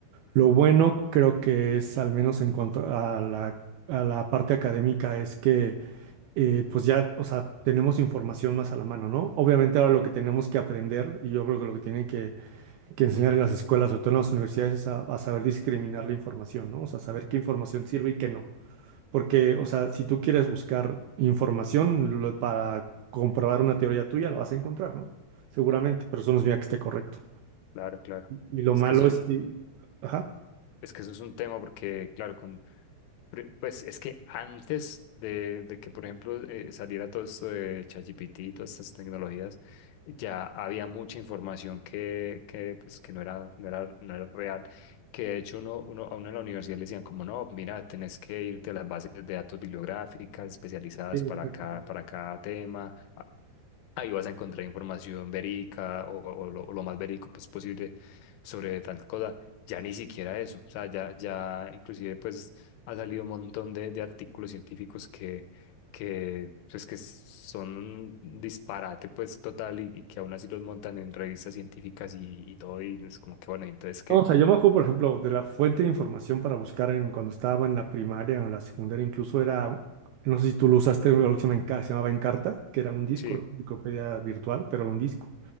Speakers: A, on the right; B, on the left.
A: Lo bueno creo que es, al menos en cuanto a la, a la parte académica, es que eh, pues ya, o sea, tenemos información más a la mano, ¿no? Obviamente ahora lo que tenemos que aprender, y yo creo que lo que tienen que, que enseñar en las escuelas, sobre todo en las universidades, es a, a saber discriminar la información, ¿no? O sea, saber qué información sirve y qué no. Porque, o sea, si tú quieres buscar información lo- para comprobar una teoría tuya, la vas a encontrar, ¿no? Seguramente, pero eso no significa que esté correcto.
B: Claro, claro.
A: Y lo
B: Es
A: malo
B: que eso,
A: es que... Ajá.
B: es que eso es un tema porque, claro, con Pre- Pues es que antes de, de que, por ejemplo, eh, saliera todo esto de ChatGPT y todas estas tecnologías, ya había mucha información que, que, pues, que no era, no era, no era real, que de hecho uno, uno, a uno en la universidad le decían como, no, mira, tenés que irte a las bases de datos bibliográficas especializadas
A: Sí, exacto.
B: para cada, para cada tema, Ahí vas a encontrar información verídica o, o lo, o lo más verídico pues, posible sobre tal cosa. Ya ni siquiera eso. O sea, ya, ya inclusive pues ha salido un montón de, de artículos científicos que, que, pues, que son un disparate pues total y, y que aún así los montan en revistas científicas y, y todo y es como que bueno, entonces que
A: No, o sea, yo me acuerdo, por ejemplo, de la fuente de información para buscar en, cuando estaba en la primaria o en la secundaria, incluso era, no sé si tú lo usaste, algo que se llama Enca- se llamaba Encarta, que era un disco,
B: sí,
A: era una enciclopedia virtual, pero un disco,